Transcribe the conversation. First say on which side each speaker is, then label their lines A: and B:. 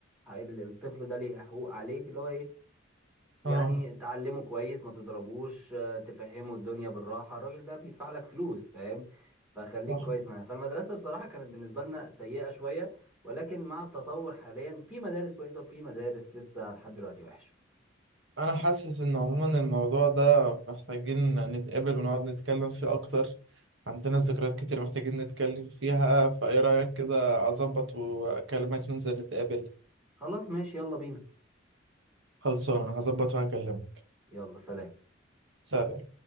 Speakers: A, in the centre; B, on the right.
A: ال- الطفل ده ليه حقوق عليك اللي هو إيه يعني
B: اه
A: تعلمه كويس ما تضربوش آه، تفهمه الدنيا بالراحة الراجل ده بيدفع لك فلوس فاهم فخليك
B: صح
A: كويس معاه فالمدرسة بصراحة كانت بالنسبة لنا سيئة شوية ولكن مع التطور حاليا في مدارس كويسة وفي مدارس لسه لحد دلوقتي وحشة
B: انا حاسس ان عموما الموضوع ده محتاجين نتقابل ونقعد نتكلم فيه اكتر عندنا ذكريات كتير محتاجين نتكلم فيها فايه رأيك كده اظبط واكلمك ننزل نتقابل
A: خلاص ماشي يلا بينا
B: خلصانه هظبط وهكلمك
A: يلا سلام
B: سلام